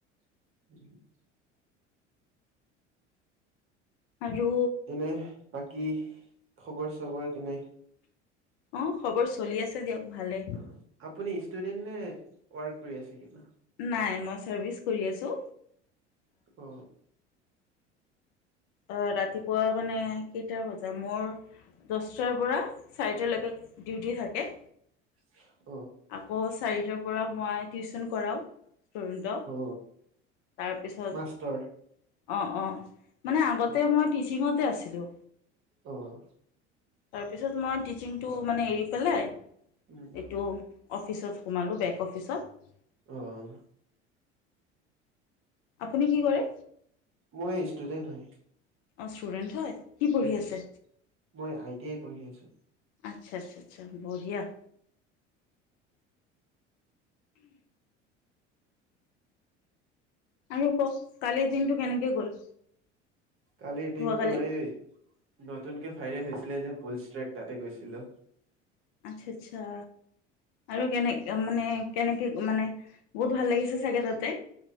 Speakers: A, on the right; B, on the left.
A: <inaudible>
B: আৰু
A: এনে বাকী খবৰ চবৰ কেনে?
B: অঁ খবৰ চলি আছে দিয়ক। ভালে।
A: অ', আপুনি ষ্টুডেন্ট নে ৱৰ্ক কৰি আছে? কিবা
B: নাই, মই চাৰ্ভিচ কৰি আছো।
A: অ
B: অ', ৰাতিপুৱা মানে কেইটা বজা মোৰ দস্তাৰ পৰা চাৰিটালৈকে ডিউটি থাকে।
A: <inaudible>
B: আকৌ চাৰিটাৰ পৰা মই টিউচন কৰাও ষ্টুডেন্টক।
A: অ
B: তাৰপিছত অ',
A: মাষ্টৰ
B: অ', মানে আগতে
A: অ
B: মই টিচিঙতে আছিলোঁ।
A: অ'।
B: তাৰপিছত মই টিচিংটো মানে এৰি পেলাই এইটো
A: উম
B: অফিচত সোমালোঁ, বেক অফিচত।
A: অ',
B: আপুনি কি কৰে
A: মই ষ্টুডেন্ট হয়।
B: অ', ষ্টুডেণ্ট হয়। কি পঢ়ি
A: হয়,
B: আছে
A: মই আই টি আই পঢ়ি আছো।
B: আচ্ছা, আচ্ছা আচ্ছা, বঢ়িয়া। আৰু কওঁক কালিৰ দিনটো কেনেকে গল?
A: কালিৰ
B: যোৱাকালি
A: দিনটো এই ন নতুনকে ভাইৰেল হৈছিলে যে বুলষ্ট্ৰেক তাতে গৈছিলো।
B: আচ্ছা, আচ্ছা। আৰু কেনেক মানে কেনেকে মানে বহুত ভাল লাগিছে চাগে তাতে।